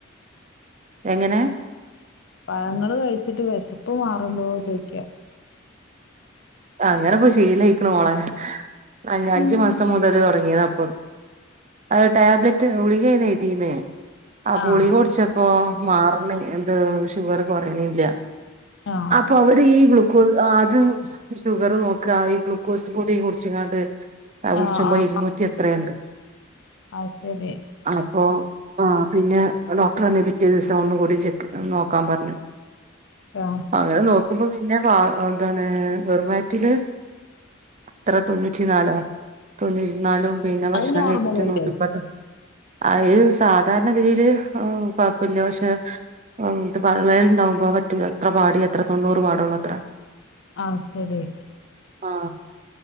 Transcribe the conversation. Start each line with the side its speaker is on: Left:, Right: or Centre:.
Right: എങ്ങനെ?
Left: പഴങ്ങള് കഴിച്ചിട്ട് വെശ്പ്പ് മാറ്ണ്ടോ ചോയിക്ക
Right: അങ്ങനെപ്പൊ ശീലയിക്ക്ണ മോളെ അ അഞ്ചു
Left: ഉം
Right: മാസം മുതല് തൊടങ്ങിയതാപ്പൊ അത് ടാബ്ലെറ്റ് ഉളികേണ് എഴ്തീന്നെ അ ഗുളികുടിച്ചപ്പോ
Left: ആഹ്
Right: മാറ്ണില്ലെന്ത് ഷുഗർ കൊറയ്ണില്ല
Left: ആഹ്
Right: അപ്പൊ അവര് ഈ ഗ്ലുക്കോസ് ആഹ് അത് ഷുഗര് നോക്കാ ഈ ഗ്ലൂക്കോസ് പൊടിം കുടിച്ച്ങ്ങാണ്ട് ആയ് കുടിച്ചുമ്പോ
Left: ആഹ് ആഹ്
Right: ഇരുന്നൂറ്റി എത്രേണ്ട്
Left: അത് ശരി
Right: അപ്പൊ ആ പിന്നെ ഡോക്ടർന്നെ പിറ്റേ ദീസം ഒന്നുംകൂടിചെക്കീത് നോക്കാ പറഞ്ഞ് <inaudible>
Left: ആഹ്
Right: അങ്ങനെ നോക്കുമ്പോ പിന്നെ വാ എന്താണ് വെറുംവയറ്റില് ത്ര തൊണ്ണൂറ്റി നാലോ തൊണ്ണൂറ്റി നാലും പിന്നെ ഭക്ഷണം
Left: അത് നോർമലല്ലേ
Right: കയ്ച്ച്ട്ട് നൂറ്റിപ്പത്. അയാ സാധാരണ തിയില് കൊഴപ്പല്ല പഷേ ത് പള്ളേല്ണ്ടാവുമ്പോ പറ്റൂലത്രേ പാടിയത്രേ തൊണ്ണൂറ് പാടുള്ളൂത്രേ
Left: അഹ് ശരി
Right: ആഹ്